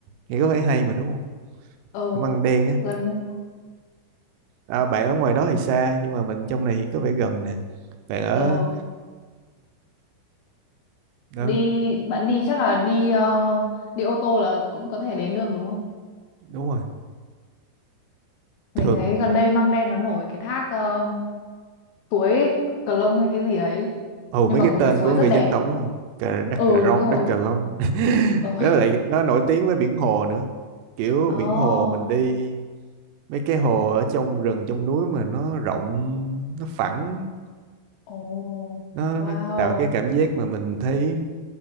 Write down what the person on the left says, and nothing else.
ờ
gần đây
ờ
đi bạn đi chắc là đi ờ, đi ô tô là cũng có thể đến được đúng không
mình
thấy gần đây măng đen nó nổi cái thác ờ, suối Cờ Lông hay cái gì ấy
nhưng
mà
một
cái suối
rất đẹp
ừ
đúng rồi
ừ.
<laughs> oh.
oh
wow